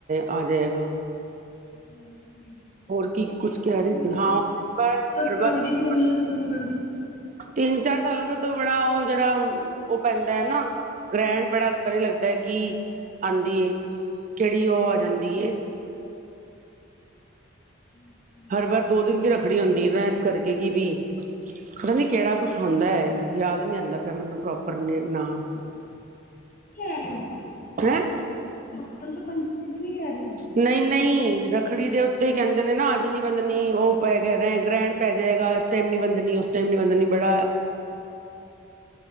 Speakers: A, on the right; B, on the left.
A: ਆ ਜੇਗਾ।
B: ਹਾਂਜੀ।
A: ਹੋਰ ਕੀ ਕੁਛ ਕਹਿ
B: ਸਤੰਬਰ
A: ਰਹੀ ਸੀ ਹਾਂ
B: ਈ ਮੰਨ ਲੋ, ਇਕ
A: ਪਰ
B: ਤਰੀਕੇ ਦਾ
A: ਹਰ
B: ਸਟਾਰਟਿੰਗ
A: ਵਾਰੀ
B: ਹੋਈ ਐ ਸਤੰਬਰ ਦੀ।
A: ਤਿੰਨ- ਚਾਰ ਸਾਲਾਂ ਦਾ ਤਾਂ ਬੜਾ ਓ ਜੇੜਾ ਓ ਪੈਂਦਾ ਐ ਨਾ। ਗ੍ਰੈਣ ਬੜਾ ਤਦੇ ਲੱਗਦਾ ਏ ਕੀ ਆਂਦੀ ਏ, ਕੇੜੀ ਓ ਆ ਜਾਂਦੀ ਏ।
B: <inaudible>
A: ਹਰ ਵਾਰ ਦੋ ਦਿਨ ਦੀ ਰੱਖੜੀ ਹੁੰਦੀ ਏ ਐਸ ਕਰਕੇ ਕੀ ਵੀ ਪਤਾ ਨੀ ਕੇੜਾ ਕੁਛ ਹੁੰਦਾ ਐ, ਯਾਦ ਨੀ ਆਂਦਾ ਪਿਆ ਮੈਨੂੰ ਪ੍ਰੋਪਰ ਨੇ ਨਾਮ।
B: <unintelligible>
A: ਹੈਂ।
B: ਬਸੰਤ ਪੰਚਮੀ ਤੇ ਨੀ ਕੈ ਰੇ ਓ।
A: ਨਈ ਨਈ ਰੱਖੜੀ ਦੇ ਉੱਤੇ ਕੈਂਦੇ ਨੇ ਨਾ ਅੱਜ ਨੀਂ ਬੰਧਨੀ, ਓ ਪੈ ਗਿਆ ਰੇ ਗ੍ਰੈਣ ਪੈ ਜੇਗਾ ਅੱ ਟੈਮ ਨੀ ਬਦਨੀ ਉਸ ਟੈਮ ਬਦਨੀ ਬੜਾ